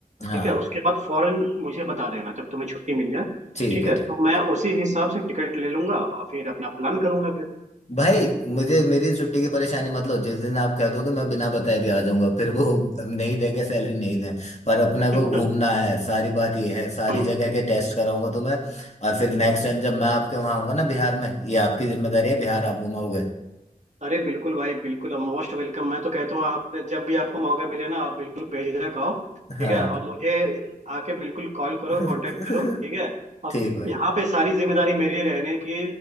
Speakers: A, on the left (about 45°); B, on the right (about 50°).
A: हाँ
B: ठीक है उसके बाद फौरन मुझे बता देना जब तुम्हें छुट्टी मिल जाए
A: ठीक
B: ठीक
A: है
B: है
A: ठीक
B: तो मैं उसी हिसाब से टिकट ले लूंगा और फिर अपना प्लान करूंगा
A: भाई मुझे मेरी छुट्टी की परेशानी मत लो जिस दिन आप कह दोगे मैं बिना बताए भी आ जाऊंगा फिर वो नहीं देंगे सैलरी नहीं दें पर अपने
B: फिर
A: को घूमना है सारी बात ये है सारी
B: <clears throat>
A: जगह के टेस्ट कराऊंगा तुम्हें और फिर नेक्स्ट टाइम जब मैं आपके वहां आऊंगा ना बिहार में ये आपकी जिम्मेदारी है बिहार आप घुमाओगे
B: अरे बिल्कुल भाई बिल्कुल मोस्ट वेलकम मैं तो कहता हूँ आप जब भी आपको मौका मिले ना आप बिल्कुल बेझिझक आओ
A: हाँ
B: ठीक है और मुझे आके बिल्कुल कॉल करो
A: <laughs>
B: कांटेक्ट करो ठीक है अब
A: ठीक भाई
B: यहाँ पे सारी जिम्मेदारी मेरी रहने की